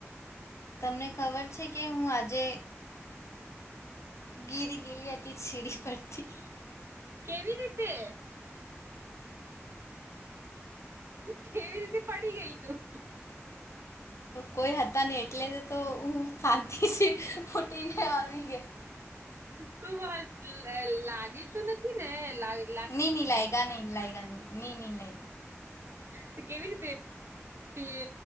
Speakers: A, on the left; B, on the right.
A: તમને ખબર છે કે હું આજે ગીરી ગેલી હતી સીડી પરથી.
B: કેવી રીતે? કેવી રીતે પડી ગય તું?
A: કોઈ હતા ની એટલે તો હું શાંતિથી ફૂટીને આવી ગઈ.
B: કુ વા લાગે તો નથી ને લાગે?
A: ની ની લાયગા ની લાયગા ની ની લય
B: તે કેવી રીતે તુએ